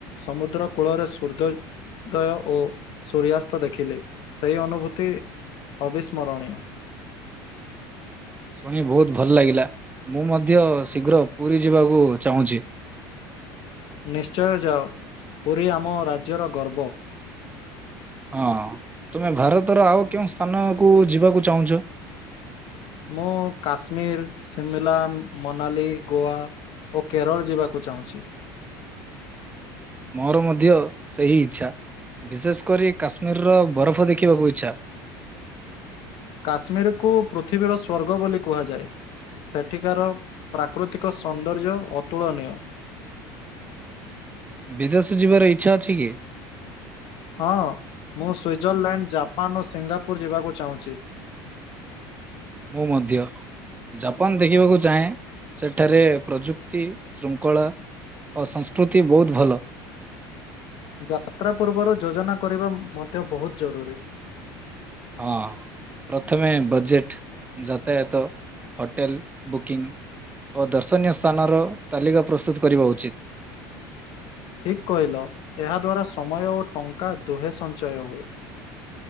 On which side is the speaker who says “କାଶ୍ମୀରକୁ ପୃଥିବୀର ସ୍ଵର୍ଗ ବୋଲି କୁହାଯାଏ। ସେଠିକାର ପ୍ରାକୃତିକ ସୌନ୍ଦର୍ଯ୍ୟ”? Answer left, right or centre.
Left